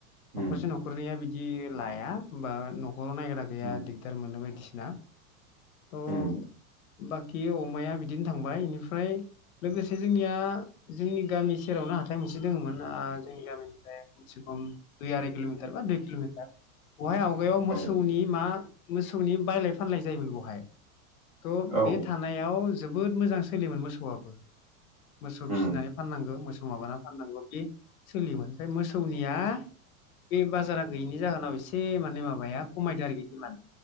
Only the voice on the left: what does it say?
न'खसे न'खरनैया बिद दि लाया बा नख <unintelligible> नायग्रा गैया
दिगदार मोन बायदि ना त'
बाखि अमाया बिदिनो थांबाय इनिफ्राय लोगोसे जोंनिया जोंनि गामि सेरावनो हाथाय मोनसे दङोमोन जोंनि गामिनिफ्राय खमसे खम दुइ आराय कि'मिटार बा देर किल'मिटार। बहाय आवगायाव मोसौनि
मा मोसौनि बायलाय फानलाय जायोमोन। बहाय थ'
बे थानायाव जोबोद मोजां सोलियोमोन मोसौआबो। मोसौ
फिसिनानै फाननांगौ मोसौ माबाना फाननांगौ बे सोलियोमोन ओमफाय मोसौनिया बे बाजारा गैयिनि जाहोनाव एसे माने माबाया खमायदो आरोखि डिमान्ड